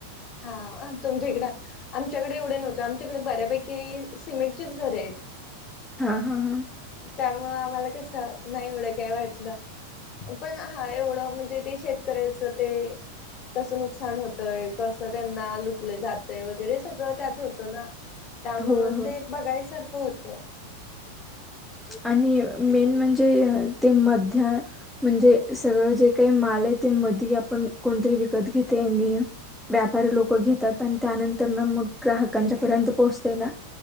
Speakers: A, on the left; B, in the centre.
A: हा तुमच्या इकड आमच्याकडे एवढं नव्हतं आमच्याकडे बऱ्यापैकी सिमेंटचीच घर आहेत.
B: हा हा हा
A: त्यामुळ आम्हाला कस नाय एवढं काय वाटलं पण हा एवढं म्हणजे ते शेतकऱ्याचं ते कसं नुकसान होतंय कसं त्यांना लुटलं जातय वगैरे सगळं त्यात होतं ना त्यामुळ
B: होय होय.
A: ते बघायसारखं होत. <inaudible>
B: आणि मेन म्हणजे अ ते मध्य म्हणजे सगळं जे काय माल ये ते मध आपण कोणतरी विकत घेतय आणि व्यापारी लोक घेतात आणि त्यानंतर ना मग ग्राहकांच्या पर्यंत पोहोचतय ना